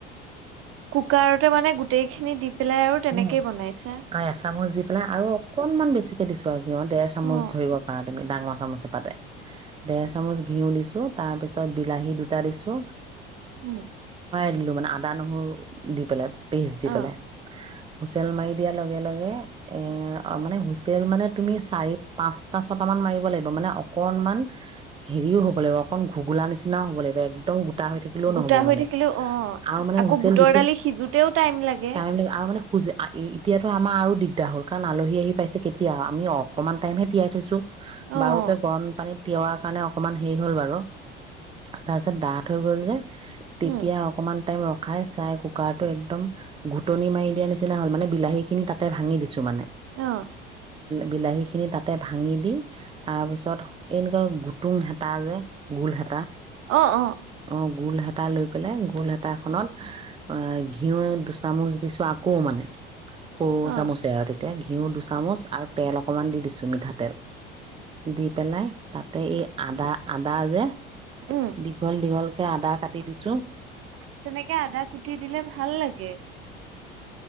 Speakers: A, on the right (about 50°); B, on the right (about 20°).
A: কুকাৰতে মানে গোটেইখিনি দি পেলাই আৰু তেনেকেই
B: তুমি
A: বনাইছে।
B: অ এচামুচ দি আৰু অকনমান বেছিকে দিছো আৰু। ডেৰ চামুচ
A: অ',
B: ধৰিব পাৰা। তুমি ডাঙৰ চামুচে এপাতে, দেৰ চামুচ ঘিউ দিছো তাৰ পিছত বিলাহী দুটা দিছো।
A: উম।
B: <unintelligible> দিলোঁ মানে আদা নহৰু দি পেলাই, পেষ্ট দি
A: অ'
B: পেলাই। হুইচেল মাৰি দিয়া লগে-লগে এ মানে হুইচেল মানে তুমি চাৰি-পাঁচটা ছটামান মাৰিব লাগিব মানে অকনমান, হেৰিও হ'ব লাগিব অকন ঘুগলা নিচিনাও হ'ব লাগিব একদম গোট গোটা হৈ থাকিলেও
A: গোটা
B: নহ'ব
A: হৈ
B: মানে।
A: থাকিলেও অ'
B: আৰু মানে
A: আকৌ
B: হুইচেল
A: বুটৰ
B: বেছি,
A: দালি সিজোতেও টাইম লাগে।
B: টাইম লাগিব আৰু মানে হু এতিয়াতো মাৰ আৰু দিগদাৰ হ'ল, কাৰণ আলহী আহি পাইছে কেতিয়া? আমি অকনমান টাইমহে তিয়াই থৈছোঁ।
A: অ',
B: বাৰুকে গৰমপানীত তিওৱা কাৰণে অক অকমান হেৰি হ'ল বাৰু, তাৰপিছত ডাঠ হৈ গ'ল যে? তেতিয়া
A: উম।
B: অকমান টাইম ৰখাই চাই কুকাৰটো একদম ঘুটনি মাৰি দিয়া নিচিনা হ'ল। মানে বিলাহী খিনি তাতে ভাঙি দিছো মানে।
A: অ'
B: বিলাহীখিনি তাতে ভাঙি দি তাৰপিছত এনেকুৱা গুটুং হেতা যে? গোল হেতা?
A: অ' অ'।
B: অ গোল হেতা লৈ পেলাই গোল হেতাখনত ঘিঁউ দুচামুচ দিছোঁ আকৌ মানে। সৰু
A: অ'
B: চামুচেৰে আৰু তেতিয়া ঘি ঘিউ দুচামুচ আৰু তেল অকণমান দি দিছোঁ মিঠাতেল। দি পেলাই তাতে এই আদা-আদা যে।
A: উম
B: দীঘল দীঘল আদা কাটি দিছোন
A: তেনেকে আদা কুটি দিলে ভাল লাগে